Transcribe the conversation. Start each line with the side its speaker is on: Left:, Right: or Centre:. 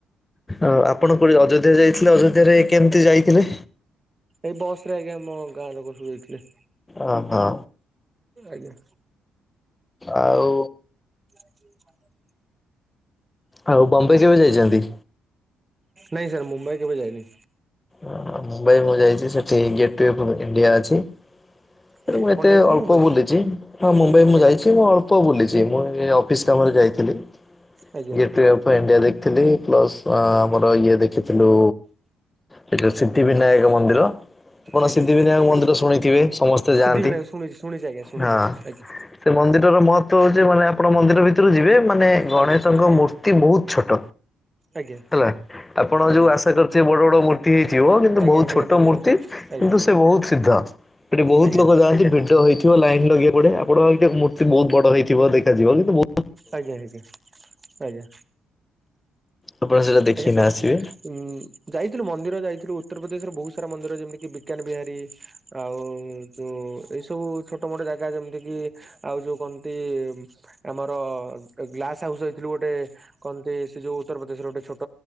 Left: ଆଁ ଆପଣ କୋଉଠି ଅଯୋଧ୍ୟା ଯାଇଥିଲେ। ଅଯୋଧ୍ୟାରେ କେମିତି ଯାଇଥିଲେ?
Right: ଏଇ ବସରେ ଆଜ୍ଞା ଆମ ଗାଁ ଲୋକ ସବୁ ଯାଇଥିଲେ।
Left: ଅଁ ହଁ
Right: ଆଜ୍ଞା
Left: ଆଉ
Right: ସେଇ ହାଟରେ
Left: ଆଉ ବମ୍ବେ କେବେ ଯାଇଚନ୍ତି?
Right: ନାଇଁ ସାର୍ ମୁମ୍ବାଇ କେବେ ଯାଇନି।
Left: ହଁ ମୁମ୍ବାଇ ମୁଁ ଯାଇଛି। ସେଠି ଗେଟୱେ ଅଫ୍ ଇଣ୍ଡିଆ ଅଛି। ହେଠୁ
Right: ଆଜ୍ଞା
Left: ମୁଁ ଏତେ
Right: ଆପଣ ଯାଇଛନ୍ତି
Left: ଅଳ୍ପ
Right: ମୁମ୍ବାଇ
Left: ବୁଲିଚି। ହଁ ମୁମ୍ବାଇ ମୁଁ
Right: ଆଜ୍ଞା
Left: ଯାଇଛି। ମୁଁ ଅଳ୍ ଅଳ୍ପ ବୁଲିଛି। ମୁଁ ଏଇ ଅଫିସ କାମରେ ଯାଇଥିଲି।
Right: ଆଜ୍ଞା
Left: ଗେଟୱେ ଇଣ୍ଡିଆ ଦେଖିଥିଲି। ପ୍ଲସ୍ ଆମର ଇଏ ଦେଖିଥିଲୁ ଏଇଠି ସିଦ୍ଧି ବିିନାୟକ ମନ୍ଦିର। ଆପଣ
Right: ଆଜ୍ଞା
Left: ସିଦ୍ଧି ବିିନାୟକ ମନ୍ଦିର
Right: ଆଜ୍ଞା
Left: ଶୁଣିଥିବେ ସମସ୍ତେ
Right: ସିଦ୍ଧିବିନାୟକ
Left: ଯାଆନ୍ତି
Right: ଶୁଣିଛି ଶୁଣିଛି ଆଜ୍ଞା ଶୁଣିଛି
Left: ହଁ।
Right: ଆଜ୍ଞା
Left: ସେ ମନ୍ଦିରର ମହତ୍ଵ ହଉଛି ମାନେ ଆପଣ ମନ୍ଦିର ଭିତରକୁ ଯିବେ ମାନେ ଗଣେଶଙ୍କ
Right: ଆଜ୍ଞା
Left: ମୂର୍ତ୍ତି ବହୁତ ଛୋଟ।
Right: ଆଜ୍ଞା
Left: ହେଲା ଆପଣ ଯୋଉ
Right: ଆଜ୍ଞା
Left: ଆଶା କରିଥିବେ ବଡ଼ ବଡ଼ ମୂ ମୂର୍ତ୍ତି ହେଇଥିବ। କିନ୍ତୁ
Right: ଆଜ୍ଞା
Left: ବହୁତ
Right: ନିହାତି
Left: ଛୋଟ ମୂର୍ତ୍ତି
Right: ହଁ ଆଜ୍ଞା
Left: କିନ୍ତୁ ସେ ବହୁତ ସିଦ୍ଧ। ଏଠି ବହୁତ
Right: ଆଜ୍ଞା
Left: ଲୋକ ଯାଆନ୍ତି ଭିଡ଼ ହୋଇ ହୋଇଥିବ ଲାଇନ ଲଗେଇବାକୁ ପଡ଼େ। ଆପଣଙ୍କ ଏଇଟାକୁ ମୂର୍ତ୍ତି ବହୁତ ବଡ଼ ହେଇଥିବ ଦେଖାଯିବ। କିନ୍ତୁ ମୂ
Right: ଆଜ୍ଞା ଆଜ୍ଞା ଆଜ୍ଞା
Left: ଆପଣ ସେଇଟା ଦେଖିକିନା
Right: ଆଜ୍ଞା ସର୍
Left: ଆସିବେ।
Right: ଉଁ ଯାଇଥିଲୁ ମନ୍ଦିର ଯାଇଥିଲୁ ଉତ୍ତରପ୍ରଦେଶର ବହୁତ ସାରା ମନ୍ଦିର ଯେମିତି କି ବିକାନ୍ ବିହାରୀ ଆଉ ଯୋଉ ଏଇ ସବୁ ଛୋଟ ମୋଟ ଜାଗା ଯେମିତି କି ଆଉ ଯୋଉ କଣନ୍ତି ଆମର ଗ୍ଲାସ ହାଉସ୍ ଜାଇଥିଲୁ ଗୋଟେ। କଣନ୍ତି ସେ ଯୋଉ ଉତ୍ତରପ୍ରଦେଶର ଗୋଟେ ଛୋଟ